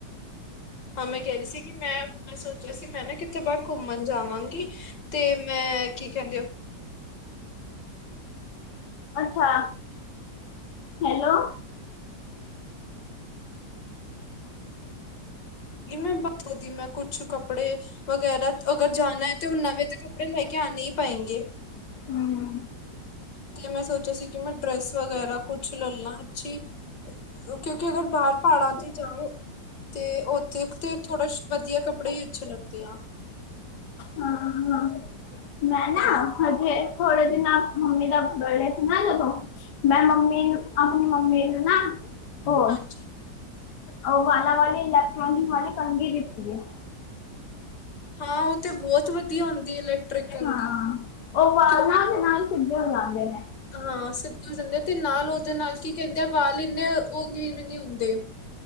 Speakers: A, on the left; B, on the left.
A: ਹਾਂ ਮੈਂ ਕਹਿ ਰਹੀ ਸੀ ਕਿ ਮੈਂ ਮੈਂ ਸੋਚਿਆ ਸੀ ਮੈਂ ਨਾ ਕਿੱਥੇ ਬਾਹਰ ਘੁੰਮ ਘੁੰਮਣ ਜਾਵਾਂਗੀ, ਤੇ ਮੈਂ ਕੀ ਕਹਿੰਦੀ ਆ
B: ਅੱਛਾ ਹੈਲੋ
A: ਇਹ ਮੈਂ <unintelligible> ਕੁਛ ਕੱਪੜੇ ਵਗੈਰਾ ਅਗਰ ਜਾਣਾ ਐ ਤੇ ਉਹ ਨਵੇਂ ਤਾਂ ਕੱਪੜੇ ਲੈ ਕੇ ਆਣੇ ਹੀ ਪਏਂ ਗੇ।
B: ਹੂੰ।
A: ਤੇ ਮੈਂ ਸੋਚਿਆ ਸੀ ਕਿ ਮੈਂ ਡਰੈਸ ਵਗੈਰਾ ਕੁਛ ਲੈ ਲਾਂ ਅੱਛੀ। ਕਿਉਂਕਿ ਅਗਰ ਬਾਹਰ ਪਹਾੜਾਂ ਤੇ ਜਾਓ ਤੇ ਉੱਥੇ ਤੇ ਥੋੜਾ ਵਧੀਆ ਕੱਪੜੇ ਹੀ ਅੱਛੇ ਲੱਗਤੇ ਆ।
B: ਹਾਂ ਹਾਂ ਮੈਂ ਨਾ
A: ਹੈਨਾ
B: ਹਜੇ ਥੋੜੇ ਦਿਨਾ ਮੰਮੀ ਦਾ ਬਰਡੇ ਸੀ ਨਾ ਜਦੋ ਮੈਂ ਮੰਮੀ ਨੂੰ ਆਪਣੀ ਮੰਮੀ ਨੂੰ ਨਾ ਹੋ
A: ਹਾਂਜੀ
B: ਉਹ ਵਾਲਾ ਵਾਲੀ ਇਲੈਕਟ੍ਰੋਨਿਕ ਵਾਲੀ ਕੰਗੀ ਦੀਤੀ ਹੈ।
A: ਹਾਂ। ਉਹ ਤੇ ਬਹੁਤ ਵਧੀਆ ਹੁੰਦੀ ਹੈ ਇਲੈਕਟ੍ਰਿਕ ਕੰੰਗੀ
B: ਹਾਂ ਉਹ ਵਾਲ
A: ਕਿ
B: ਨਾ ਉਹਦੇ ਨਾਲ ਸਿੱਧੇ ਲਾ ਜਾਂਉਂਦੇ ਨੇ।
A: ਹਾਂ। ਸਿੱਧੇ ਹੋ ਜਾਂਦੇ ਐ ਤੇ ਨਾਲ ਉਹਦੇ ਨਾਲ ਕੀ ਕਹਿੰਦੇ ਆ ਵਾਲ ਇੰਨੇ ਉਹ ਨਹੀਂ ਹੁੰਦੇ।